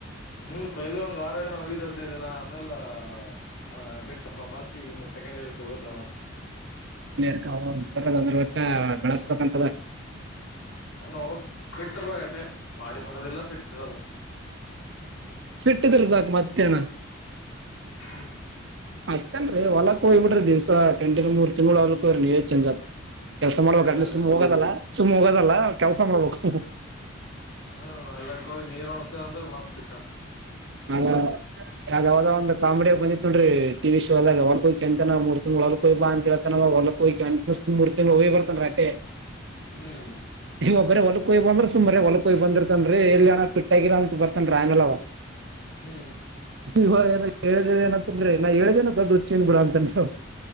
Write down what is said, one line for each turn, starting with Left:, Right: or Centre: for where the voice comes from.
Left: ಹ್ಮ್ ಪಹಲ ಒಂದ್ ವಾರ ನ ಹೋಗಿದ್ದ ಹದ್ನಿದ್ ದಿನ. ಆಮೇಲೆ ಆ ಬಿಟ್ಟಪ್ಪ ಮಾತ್ತಮ್ಮ ಸೆಕೆಂಡ್ ಇಯರ್ಕ್ ಹೋಗ್ದತ್.
Right: <unintelligible> ಹಾ ಕಳಿಸ್ಬೇಕಂತೆ.
Left: ಹ ನೋಗ ಬಿಟ್ಟರ್ ಮಟೆ ವಾಡಿ ಮಾಡೋದಿಲ್ಲ ಬಿಟ್ಟಿರವ.
Right: ಸಿಟ್ಟಿದ್ರ ಸಾಕ ಮತ್ತೇನ.
Left: ಹ್ಮ.
Right: ಅತ್ತೇನ್ರಿ ಹೊಲಕ್ಕ ಹ. <unintelligible> ಕೆಲಸ ಮಾಡಬೇಕು
Left: ಖರೆ ಅದ
Right: ಸುಮ್ಮನೆ ಹೋಗದಲ್ಲ. ಸುಮ್ಮ್ ಹೋಗದಲ್ಲ ಕೆಲ್ಸ ಮಾಡ್ಬೇಕು.
Left: ಹ್ಮ ಹೊಲಕ್ಕೆ ಹೋಗಿ ನೀರ್ ಒಣಸೂ ಅಂದ್ರೆ ಮತ್ ಕಹೀಟ್ ಆಯ್ತು.
Right: ಅ ಯಾವ್ದಾವ್ದೋ ಒಂದು ಕಾಮಿಡಿ. ಬಂದಿತ ನೋಡ್ರಿ ಟಿ ವಿ ಶೋದಾಗ ಹೊಗಿ ಅಂತ ಮೂರ್ ತಿಗಳು ಹೊಲಕ್ ಹೋಗಿ ಬಾ ಅಂತ ಹಳ್ತಾನ ಹೊಗಿರ್ತಿಗಳು ಹೋಗಿ ಬರ್ತನ್ರಿ ಅಟ್ಟೆ.
Left: ಹ್ಮ್
Right: ನೀವ್ ಒಬ್ಬರೇ ಹೊಲಕ್ ಹೋಗಿ ಬಂದ್ರ್ ಸುಮ್ ಬರೇ ಹೊಲಕ್. ಹೊಗ್ ಬಂದಿರ್ತ ರಿ ಎಲ್ಲಿಯಣ್ಣ ಪಿಟ್ಟಾಗಿರ ಅಂತ ಬರ್ತನ್ ಅವ್ರ್ ಆಮೇಲ್ ಅವ.
Left: ಹ್ಮ್.
Right: ಇವ ಏನ ಹೇಳಿದ್ರೆ ಏನಾಗುತ್ತಿತ್ತು ರಿ ನಾ ಹೇಳಿದೇನ ದೊಡ್ಡ ಹುಚ್ಚಿನ ಬಿಡ್ ಅಂತನ್.